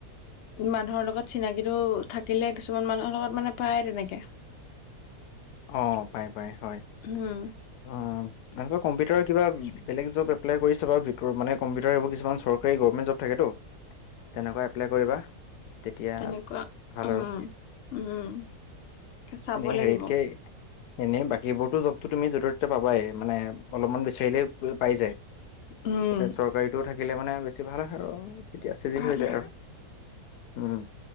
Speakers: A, on the left; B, on the left.
A: মানুহৰ লগত চিনাকিটো থাকিলে কিছুমান মানুহৰ লগত মানে পায় তেনেকে
B: অঁ পাই পাই হয়।
A: উম।
B: অঁ। এনেকুৱা কম্পিটাৰ কিবা বেলেগ জব এপ্লাই কৰি চাবা ভিতৰত মানে কম্পিটাৰ এইবোৰ কিছুমান চৰকাৰী গৱমেণ্ট থাকেতো তেনেকুৱা এপ্লাই কৰিবা। তেতিয়া
A: তেনেকুৱা
B: ভাল
A: উম
B: আৰু
A: উম'। চাব
B: নেই
A: লাগিব
B: হেৰিটকেই এনেই বাকীবোৰতো জবটো তুমি য'তে ত'তে পাবাই মানে অলপমান বিচাৰিলেই পাই যায়। এতিয়া
A: উম,
B: চৰকাৰীটো থাকিলে মানে বেছি ভাল হয় আৰু। তেতিয়া চিজিল
A: ভাল
B: হৈ যায়
A: হয়।
B: আৰু উম'।